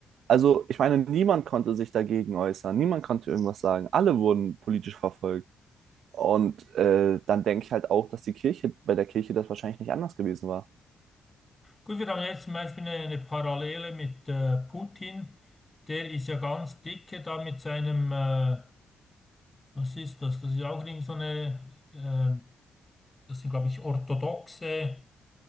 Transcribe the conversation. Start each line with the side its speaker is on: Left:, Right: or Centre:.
Right: Also, ich meine, niemand konnte sich dagegen äußern, niemand konnte irgendwas sagen. Alle wurden politisch verfolgt. Und äh, dann denke ich halt auch, dass die Kirche, bei der Kirche das wahrscheinlich nicht anders gewesen war.
Left: Gut, wir haben jetzt zum Beispiel eine, eine Parallele mit äh, Putin. Der ist ja ganz dicke da mit seinem, äh, was ist das? Das ist auch irgend so eine, äh, das sind, glaube ich, orthodoxe,